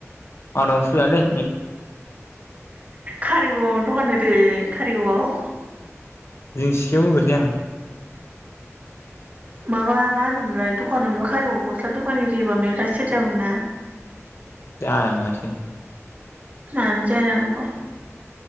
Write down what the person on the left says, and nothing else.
आंनाव खुलियालै।
जों सियाव होगोनलै आं।
जाया माथो।